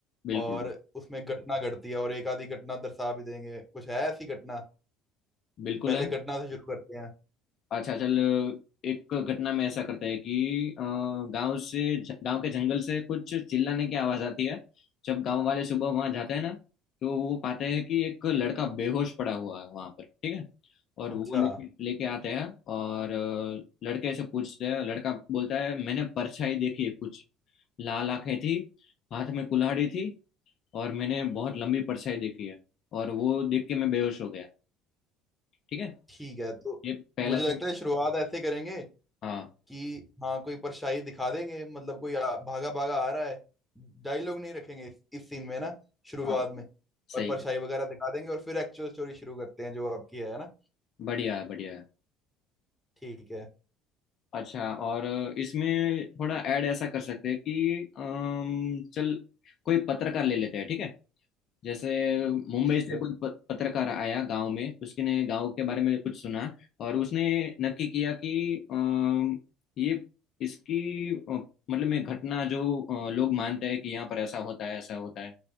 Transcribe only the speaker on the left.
बिल्कुल
बिल्कुल
है
अच्छा चल एक घटना में ऐसा करते हैं कि अ, गांव से गांव के जंगल से कुछ चिल्लाने की आवाज आती है जब गांव वाले सुबह वहां जाते हैं ना तो वो पाते हैं कि एक लड़का बेहोश पड़ा हुआ है वहां पर ठीक है और
वो लेके लेके आते हैं और अ, लड़के से पूछते हैं लड़का बोलता है मैंने परछाई देखी है कुछ लाल आंखें थी हाथ में कुल्हाड़ी थी और मैंने बहुत लंबी परछाई देखी है और वो देख के मैं बेहोश हो गया ठीक है
ये पहला
सीन
हाँ
हाँ
सही
है
बढ़िया है बढ़िया है
अच्छा और इसमें थोड़ा ऐड ऐसा कर सकते हैं कि अम, चल कोई पत्रकार ले लेते हैं ठीक है जैसे मुंबई
से
कोई प- पत्रकार आया गांव में उसने गांव के बारे में कुछ सुना और उसने नक्की किया कि अम, ये इसकी अ, मतलब में घटना जो अ, लोग मानते हैं कि यहाँ पर ऐसा होता है ऐसा होता है